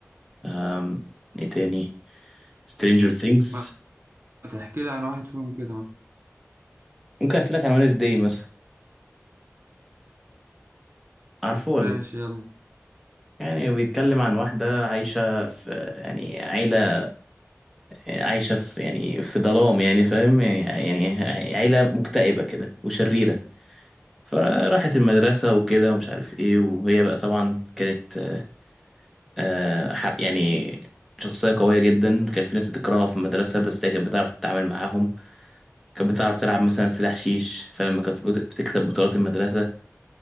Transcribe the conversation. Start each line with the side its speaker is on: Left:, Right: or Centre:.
Centre: آم، إيه تاني سترينجر ثينجز
Right: ما تحكي لي عن واحد فيهم كده مثلا
Centre: ممكن أحكي لك عن وينز داي مثلا عارفه ولا
Right: ماشي يلا
Centre: يعني بيتكلم عن واحدة عايشة في آه، يعني عيلة عايشة في يعني في ظلام يعني فاهم يعني يعني عيلة مكتئبة كده وشريرة فراحت المدرسة وكده ومش عارف ايه وهي بقى طبعا كانت آه، آه، حر يعني شخصية قوية جدا كان في ناس بتكرهها في المدرسة بس هي كانت بتعرف تتعامل معاهم كانت بتعرف تلعب مثلا سلاح شيش فلما كانت بت- بتكسب بطولات المدرسة